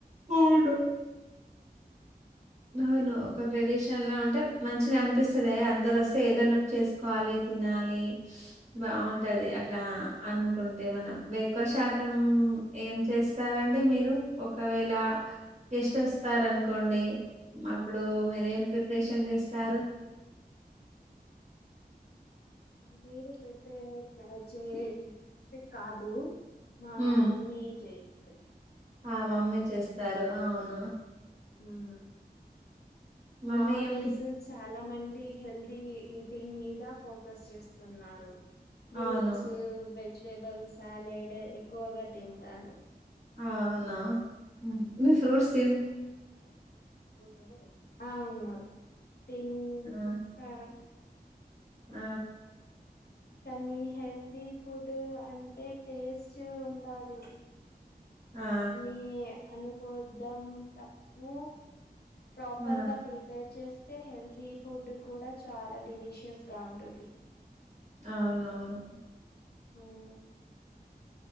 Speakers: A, on the right (about 45°); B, on the left (about 75°).
A: అవునా అవును ఒక ట్రెడిషన్ లా ఉంటే మంచిగా అనిపిస్తుంది. ఎ అందరు వస్తే ఏదోన్నకటి చేసుకోవాలి. తినాలి. బాగుంటది. అట్లా, అనుకుంటే, మనం, ఎక్కువ శాతం ఏం చేస్తారంండి. మీరు ఒకవేళ గెస్ట్ వస్తారు. అనుకు కోండి. అప్పుడు మీరేం ప్రిపరేషన్ చేస్తారు.
B: మీరు పెపే చే కాదు <unintelligible> మా,
A: హ్మ్.
B: మమ్మీ చేస్తది.
A: ఆ, మమ్మీ చేస్తారు. అవును,
B: ఉ,
A: మమ్మీ
B: నౌ
A: ఏం
B: డేస్
A: డి
B: చాలమంది హెల్దీ ఈటింగ్ మీద ఫోకస్ చేస్తున్నారు. ఫ్రూట్స్,
A: అవును.
B: వెజిటేబుల్ సాలెడ్, ఎక్కువగా తింటాను.
A: అవునా మీరూ, ఫ్రూట్స్, తి
B: అ అవును త
A: ఆ!
B: తడం <unintelligible>
A: ఆ
B: కానీ, హెల్తీఫుడ్, అంటే, టేస్ట్ ఉండాలి.
A: ఆ!
B: అని అనుకోద్దాం తప్పు ప్రాపర్
A: ఆ!
B: గా ప్రిపేర్ చేస్త హెల్తీ ఫుడ్ కూడా చాలా డెలీషియస్ గా ఉంటుది.
A: అవునవును
B: మ్మ్